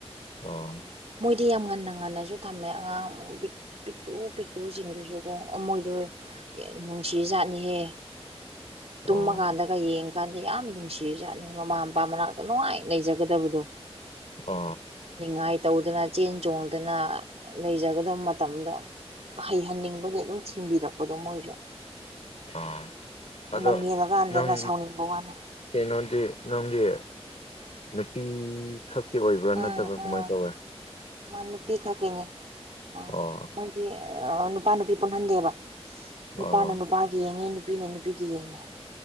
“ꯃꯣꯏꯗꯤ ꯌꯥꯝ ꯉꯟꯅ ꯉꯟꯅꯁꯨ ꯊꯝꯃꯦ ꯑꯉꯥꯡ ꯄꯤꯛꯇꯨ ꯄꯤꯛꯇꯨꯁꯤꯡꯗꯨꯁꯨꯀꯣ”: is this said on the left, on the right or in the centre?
Right